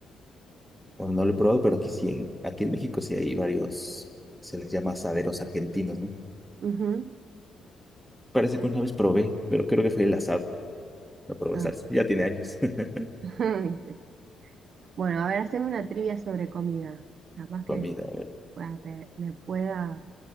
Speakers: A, in the centre; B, on the right (about 60°).
A: Bueno, no lo he probado, pero aquí sí, en, aquí en México sí hay varios, se les llama asaderos argentinos, ¿no?
B: Ujú.
A: Parece que una vez probé, pero creo que fue el asado. No probé
B: Ah,
A: salsa, ya tiene años. <laughs>
B: <laughs> sí. Bueno, a ver, haceme una trivia sobre comida. Capaz que
A: Comida,
B: esto
A: a ver,
B: pueda pe- le pueda,